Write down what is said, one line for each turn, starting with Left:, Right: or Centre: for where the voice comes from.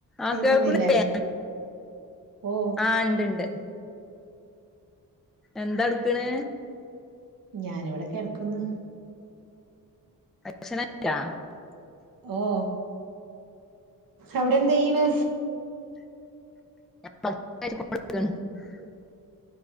Centre: ആ
Right: കേൾക്കുന്നില്ലേ
Centre: കേൾക്ക്ണിലേ
Right: ഓ
Centre: ആഹ് ണ്ട് ണ്ട് എന്താടുക്കണ്
Right: ഞാന് ഇവിടെ കെടക്കുന്നു
Centre: <unintelligible>
Right: ഓ അവിടെ എന്ത്ചെയ്ണ്
Centre: <unintelligible>